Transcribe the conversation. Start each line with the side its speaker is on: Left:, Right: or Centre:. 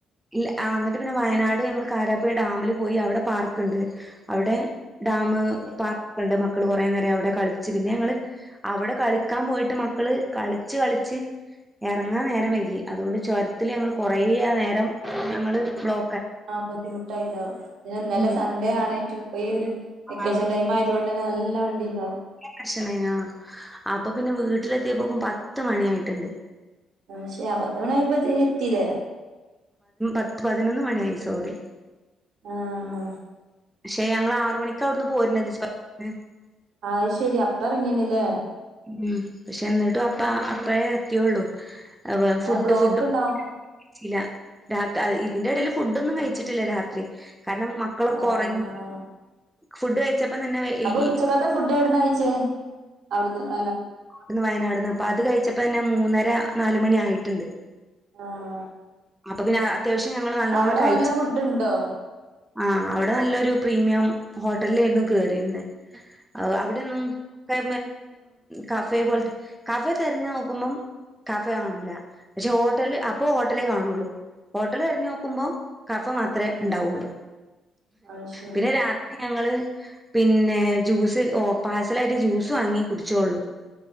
Centre: ഇല്ല എന്നിട്ട് പിന്നെ വയനാട് ഞങ്ങൾ കാരാപ്പുഴ ഡാമില് പോയി അവിടെ പാർക്കുണ്ട് അവിടെ ഡാമ പാർക്കൊക്കെ ഉണ്ട് മക്കള് കുറെേ നേരം അവിടെ കളിച്ച് പിന്നെ ഞങ്ങള് അവിടെ കളിക്കാൻ പോയിട്ട് മക്കള് കളിച്ച് കളിച്ച് എറങ്ങാൻ നേരം വൈകി അതുകൊണ്ട് ചുരത്തില് ഞങ്ങൾ കൊറേ നേരം ഞങ്ങള് ബ്ലോ
Right: ആഹ് ബുദ്ധിമുട്ടായിണ്ടാവും പിന്നെ ഇന്നലെ
Centre: ഉം
Right: സൺഡേ ആണ് ഈ ഒരു വെക്കേഷൻ
Centre: ആഹ്
Right: ടൈ ആയതു കൊണ്ട് തന്നെ നല്ല വണ്ടി ഉണ്ടാവും
Centre: ഭക്ഷണംനോ അപ്പൊ പിന്നെ വീട്ടിലെത്തിയപ്പോക്കും പത്ത് മണിയായിട്ടുണ്ട്
Right: പക്ഷേ പത്ത് മണി ആയപ്പോത്ത്ന് എത്തില്ലേ
Centre: പത്ത് പതിനൊന്ന് മണിയായി സോറി
Right: ആഹ്
Centre: പക്ഷെ ഞങ്ങള് ആറ് മണിക്ക് അവിടുന്ന് പോരുന്നത് പോരണത്ത്
Right: അത്ശെരി അപ്പം എറങ്ങീണല്ലേ
Centre: ഉം പക്ഷെ എന്നിട്ടും അപ്പം അപ്പഴേ എത്തിയുള്ളു ഫുഡ്
Right: അത് ബ്ലോക്ക്
Centre: ഫുഡ്
Right: ഇണ്ടാവും
Centre: ഇല്ല രാ ഇതിന്റെ ഇടേൽ ഫുഡൊന്നും കഴിച്ചിട്ടില്ല രാത്രി കാരണം മക്കൾ
Right: ആഹ്
Centre: ഉറങ്ങി ഫുഡ് കഴിച്ചപ്പം തന്നെ
Right: അപ്പൊ
Centre: ഈ
Right: ഉച്ചക്കത്തെ ഫുഡ് എവിടുന്ന് കഴിച്ചേ അവിടുന്ന് വയ
Centre: അവിടന്ന് വയനാട്ന്ന് അപ്പൊ അത് കഴിച്ചപ്പോ തന്നെ മൂന്നര നാലുമണി ആയിട്ടുണ്ട്
Right: ആഹ്
Centre: അപ്പൊ പിന്നെ അത്യാവശ്യം ഞങ്ങള് നല്ലോണ്ണം
Right: അവിടെ
Centre: കഴിച്ചു
Right: നല്ല ഫുഡ് ഇണ്ടോ
Centre: ആഹ് അവിടെ നല്ലൊരു പ്രീമിയം ഹോട്ടലിലായിരുന്നു കേറിരന്ന് ആഹ് അവിടെയൊന്നും ഒക്കെ കഫേ പോലത്തെ കഫേ തിരഞ്ഞു നോക്കുമ്പം കാഫേ കാണൂല പക്ഷെ ഹോട്ടല് ഇപ്പോ ഹോട്ടലേ കാണുള്ളൂ ഹോട്ടൽ തെരഞ്ഞു നോക്കുമ്പോൾ കഫ മാത്രമേ
Right: ആഹ്
Centre: ഉണ്ടാവുള്ളൂ
Right: അത് ശരി
Centre: പിന്നെ രാ ത്രി ഞങ്ങള് പിന്നെ ജ്യൂസ് ഓ പാർസലായിട്ട് ജ്യൂസ് വാങ്ങി കുടിച്ചോള്ളു